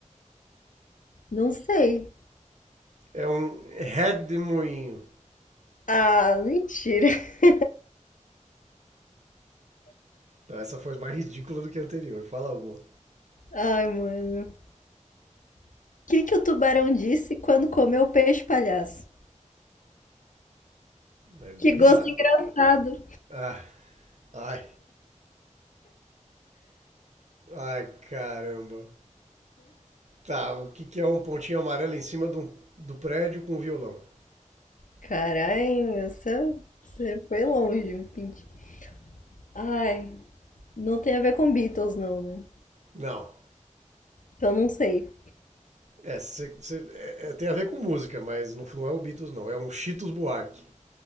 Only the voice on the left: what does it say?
Não sei.
Ah, mentira. <laughs>
Ai, mano. O que que o tubarão disse quando comeu o peixe palhaço?
Que
gosto engraçado.
Caralho, essa... você foi longe, um pintinho. Ai, não tem a ver com Beatles, não, né?
Então não sei.